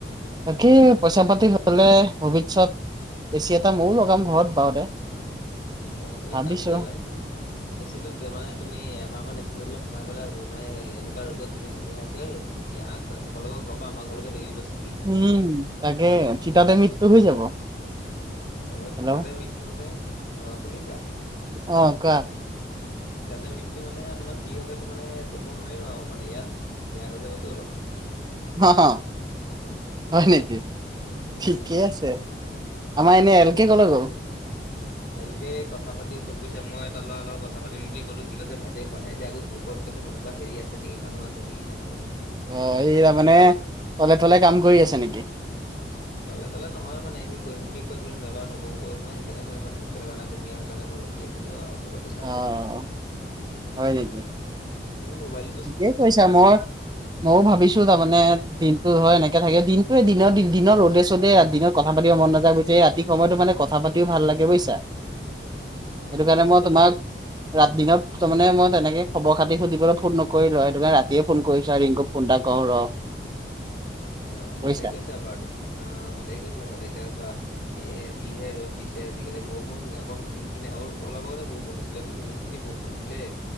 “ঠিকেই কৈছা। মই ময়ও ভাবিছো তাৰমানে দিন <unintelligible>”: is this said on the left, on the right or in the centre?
Right